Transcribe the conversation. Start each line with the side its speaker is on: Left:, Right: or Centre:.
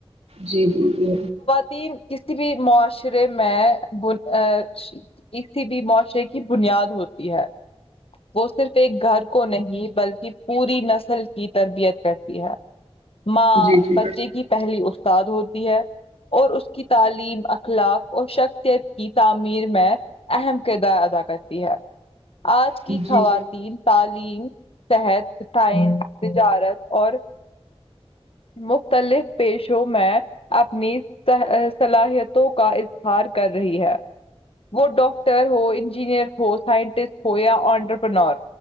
Right: جی جی جی
Left: تین کستی بی معاشرے میں بول آ کسی بھی معاشرے کی بنیاد ہوتی ہے وہ صرف ایک گھر کو نہیں بلکی پوری نسل کی تربیت کرتی ہے ماں
Right: جی جی
Left: بچے کی پہلی استاد ہوتی ہے اور اس کی تعلیم اخلاق اور شخصیت کی تعمیر میں اہم کردار ادا کرتی ہے آج
Right: بالکل-
Left: کی
Right: جی
Left: خوات
Right: جی
Left: تین تعلیم صحت سائنس تجارت اور مختلف پیش شو جو میں اپنی صہے آ صلاحیتوں کا اظہار کر رہی ہے وہ ڈاکٹر ہو انجینئر ہو سائنٹسٹ ہو یا آنٹرپنور